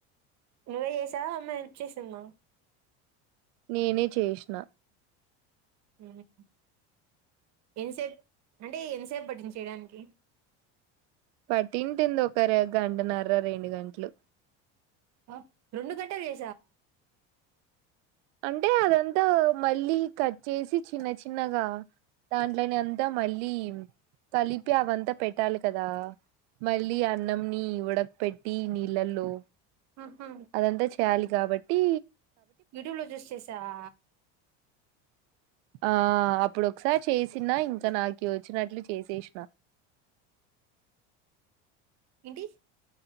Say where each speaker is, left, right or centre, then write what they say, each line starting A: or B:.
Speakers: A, on the right; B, on the right.
A: నువ్వే చేసావా. అమ్మా హెల్ప్ చేసింద.
B: నేనే చేస్న
A: ఉహ్ హు ఎంతసేప్ అంటే ఎంతసేపు పట్టిన్ది చేయడానికి.
B: పట్టింటుంది. ఒకర్ గంటన్నర రెండు గంట్లు
A: ఆ రెండు గంట్టల్ వే.
B: అంటే అదంతా మళ్ళీ కట్ చేసి చిన్న చిన్నగా దాంట్లోని అంతా మళ్ళీ కలిపి అవంతా పెట్టాలి కదా. మళ్ళీ అన్నం. ని ఉడక్ పెట్టి నిల్ లల్లో
A: ఆహా
B: అదంతా చేయాలి గాబట్టి
A: యూట్యూబ్ లో చూస్ చేసావా.
B: ఆ అప్పుడు ఒకసారి చేసినా. ఇంకా నాకి వచ్చినట్లు చేసేస్న.
A: ఏంటి